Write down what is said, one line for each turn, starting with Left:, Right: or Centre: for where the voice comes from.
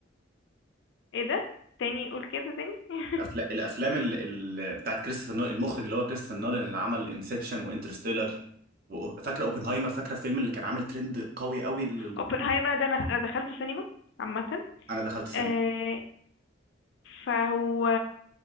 Left: ايه ده تاني قول كده تاني <laughs>
Right: الافلام الافلام ال... ال... بتاعت كريستوفر نولان المخرج اللي هو كريستوفر نولان اللي عمل انسبشن وانترستيلر وفاكره اوبنهايمر فاكره الفيلم اللي كان عامل ترند قوي قوي اللي
Left: اوبنهايمر
Right: كان
Left: ده انا دخلته سينما عامة
Right: انا دخلت سينما
Left: آه، فهو